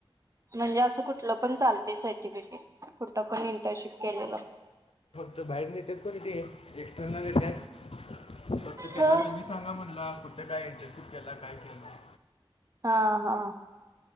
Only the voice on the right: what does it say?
म्हणजे असं कुठलं पण चालतय सर्टिफिकेट कुठ पण इंटर्नशिप केलेलं.
हा
हा हा.